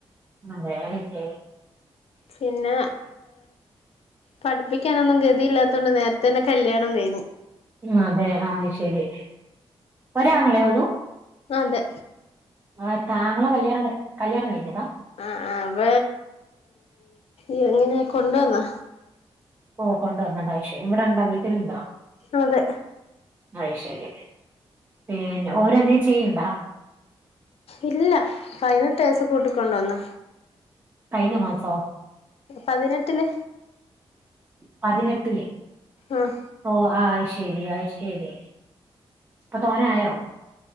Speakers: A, on the right; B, on the left.
A: അതെ അതക്ക
B: പിന്നെ പഠിപ്പിക്കാനൊന്നും ഗതിയില്ലാത്തൊണ്ട് നേരത്തെ തന്നെ കല്യാണം കഴിു
A: ഉ അതെ ആ ശരി വരാങ്ങളെ ഉള്ളൂ
B: അതെ
A: ആ താങ്കളെ കല്യാണം കല്യാണം കഴിക്കട്ടോ
B: ആ അപ്പ എങ്ങനെയ കൊണ്ടുവന്നോ
A: പോഓ കൊണ്ടുവന്നതാ ഇഷയേ ഇവിടെ ഇണ്ടോ വീട്ടിലണ്ടോ
B: അതെ
A: അയ് ശരി പിന്നെ ഓരന്തേും ചെയ്യണ്ടാ
B: ഇല്ല കഴിഞ്ഞ േസ് കൂട്ടിക്കൊണ്ടോന്നു
A: കഴിഞ്ഞ മാസോ
B: പതിനെട്ടില്
A: പതിനെട്ടിലെ
B: ആഹ്
A: ഓ ആ ശരിയ ശരി അപ്പൊ തോന ആയോ